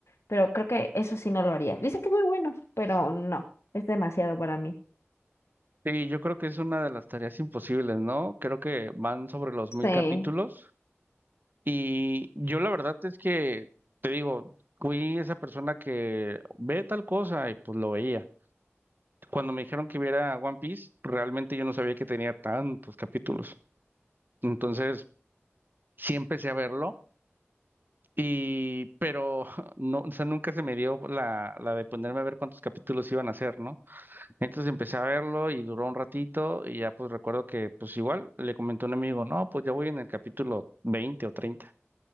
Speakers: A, on the left; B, on the right.
A: Pero creo que eso sí no lo haría. Dicen que es muy bueno, pero no, es demasiado para mí.
B: Sí, yo creo que es una de las tareas imposibles, ¿no? Creo que van sobre los mil
A: Sí.
B: capítulos Y yo la verdad es que, te digo, fui esa persona que ve tal cosa y pues lo veía. Cuando me dijeron que viera One Piece, realmente yo no sabía que tenía tantos capítulos. Entonces, sí empecé a verlo y, pero <laughs> no, o sea, nunca se me dio la, la de ponerme a ver cuántos capítulos iban a hacer ¿no? Entonces empecé a verlo y duró un ratito y ya pues recuerdo que pues igual le comenté a un amigo, no, pues ya voy en el capítulo veinte o treinta